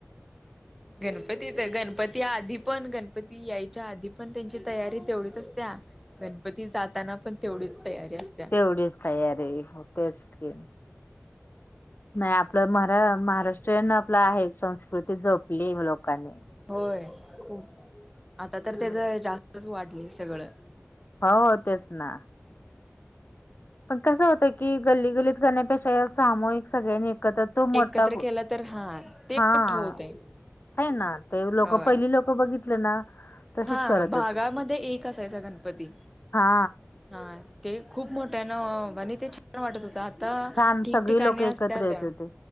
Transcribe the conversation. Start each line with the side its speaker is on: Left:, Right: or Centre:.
Centre: गणपती तर गणपती आधी पण गण गणपती यायच्या आधी पण त्यांची तयारी तेवढीच असत्या गणपती जाताना पण तेवढीच तयारी असते.
Left: तेवढीच तयारी हो तेचम नाही आपलं म महाराष्ट्रीयन आपला आहे संस्कृती जपली लोकांनी
Centre: होय खूप आता तर
Left: हम्म
Centre: त्याच जास्तच वाढली सगळं.
Left: हो हो तेच ना पण कसं होतं की गल्ली गल्लीत करण्यापेक्षा सामूहिक सगळ्या नेत क तर तो
Centre: एकत्र
Left: मोठा
Centre: केलं तर हा ते
Left: हा.
Centre: मोठं होतय
Left: हे ना ते लोक
Centre: होय
Left: पहिली लोकं बघितलं ना. तसेच
Centre: हा
Left: करत
Centre: भागामध्ये
Left: होते की
Centre: एक असायचा गणपती
Left: हा
Centre: हा ते खूप मोठ्या ना म्ह ते छान वाटत होत. ता
Left: छान
Centre: ठिकठिकाणी
Left: सगळी लोक एकत्र
Centre: असत्या
Left: येत
Centre: त्या
Left: होते